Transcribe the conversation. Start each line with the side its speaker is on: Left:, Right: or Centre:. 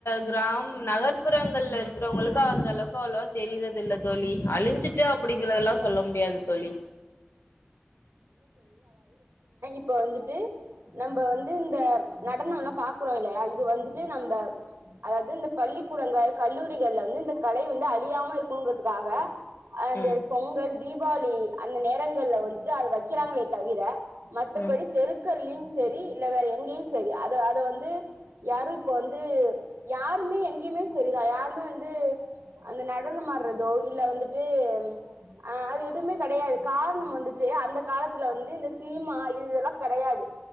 Left: கிராம் நகர்ப்புறங்கள்ல இருக்குறவங்களுக்கு அந்த அளவ்க்கு அவ்ளவா தெரிரதில்ல தோழி அழிஞ்சு ட்டு அப்டிங்கிறதெல்லா சொல்ல முடியாது தோழி
Right: ப்ப வந்துட்டு நம்ம வந்து இந்த நடனோல்லா பாக்குறோ இல்லயா இது வந்துட்டு நம் ப்ப ம்ச் அதாது இந்த பள்ளிக்குடங்க கல்லூரிகள்ல வந்து இந்த கலை வ அழியாம இருக்குங்கறதுக்காக அந்த
Left: ம்
Right: பொங்கல் தீபாளி அந்த நேரங் <unintelligible> அது வக்கிறாங்களே தவிர மத்தபடி
Left: ம்
Right: தெருக்கல்லியு செரி இல்ல வேற எங் செரி அத அத வந்து யாரு ப்போ ந்து யாருமே எங்யுமே செரிதா யாருமே வந்து அந்த நடனமாட்றதோ இல்ல வந்துட்டு ஆ அது துமே கெடையாது காரணம் வந்து அந்த காலத்துல ந்து இந்த சினிமா இதுல்லா கெடயாது